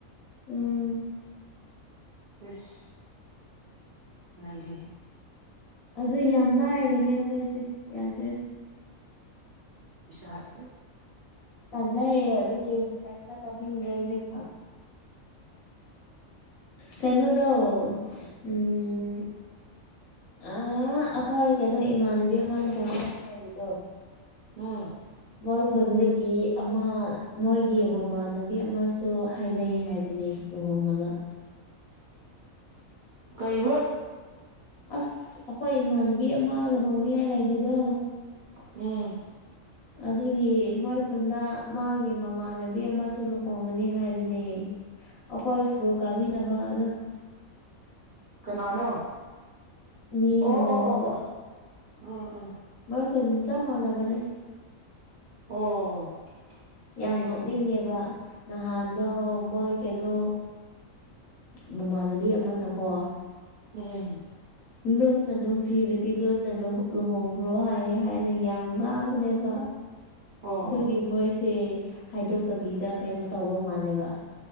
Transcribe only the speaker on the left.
ꯎꯝ
ꯑꯗꯨ ꯌꯥꯝ ꯂꯥꯏꯔꯦꯅꯦ ꯑꯩꯈꯣꯏꯁꯦ ꯌꯥꯗ꯭ꯔꯦ
ꯇꯜꯂꯦ ꯑꯗꯨ ꯇꯧꯅꯤꯡꯗ꯭ꯔꯦ ꯍꯧꯖꯤꯛꯀꯥꯟ ꯀꯩꯅꯣꯗꯣ ꯎꯝ ꯑ ꯑꯩꯈꯣꯏ ꯀꯩꯅꯣ ꯏꯃꯥꯟꯅꯕꯤ ꯑꯃ ꯂꯣꯍꫭꯡꯒꯗꯕꯤ ꯑꯃꯥ ꯂꯩꯕꯗꫭ
ꯃꯣꯏ ꯈꯨꯟꯗꯒꯤ ꯑꯃ ꯃꯣꯏ ꯌꯦ ꯃꯃꯥꯟꯅꯕꯤ ꯑꯃꯁꯨ ꯍꯥꯏꯅꯩ ꯍꯥꯏꯕꯅꯦ ꯂꯨꯍꯣꯡꯅꯕ
ꯑꯁ ꯑꯩꯈꯣꯏ ꯏꯃꯥꯟꯅꯕꯤ ꯑꯃ ꯂꯨꯍꯣꯡꯅꯤꯡꯉꯥꯏ ꯂꯩꯕꯗꯣ
ꯑꯗꯨꯒꯤ ꯃꯣꯏ ꯈꯨꯟꯗ ꯃꯥꯒꯤ ꯃꯃꯥꯟꯅꯕꯤ ꯑꯃꯁꯨ ꯂꯨꯍꯣꯡꯒꯅꯤ ꯍꯥꯏꯕꯅꯦ ꯑꯩꯈꯣꯏ ꯏꯁꯀꯨꯜ ꯀꯥꯃꯤꯟꯅꯕꯗꯣ
ꯃꯤ
ꯃꯨꯔꯒ
ꯃꯣꯏ ꯈꯨꯟ ꯆꯞ ꯃꯥꯟꯅꯕꯅꯦ
ꯌꯥꯝ ꯅꯣꯛꯅꯤꯡꯉꯦꯕ
ꯅꯍꯥꯟꯗꯣ ꯃꯣꯏ ꯀꯩꯅꯣ ꯃꯃꯥꯟꯅꯕꯤ ꯑꯃꯅꯀꯣ
ꯂꯣꯟꯅ ꯅꯨꯡꯁꯤꯔꯗꯤ ꯂꯣꯟꯅ ꯂꯨꯍꯣꯡ ꯈ꯭ꯔꯣ ꯍꯥꯏꯌꯦ ꯍꯥꯏꯅ ꯌꯥꯝ ꯉꯥꯎꯕꯅꯦꯕ
ꯑꯗꯨꯒꯤ
ꯃꯣꯏ ꯁꯦ ꯍꯥꯏꯗꯣꯛꯇꯕꯤꯗ ꯀꯩꯅꯣ ꯇꯧꯕ ꯃꯥꯜꯂꯦꯕ